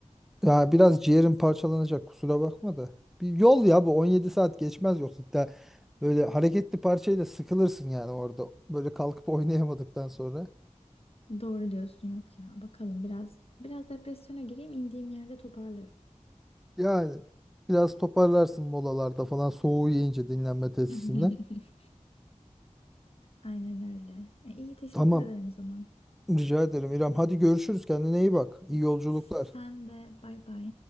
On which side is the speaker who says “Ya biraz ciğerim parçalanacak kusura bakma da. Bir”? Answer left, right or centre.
Centre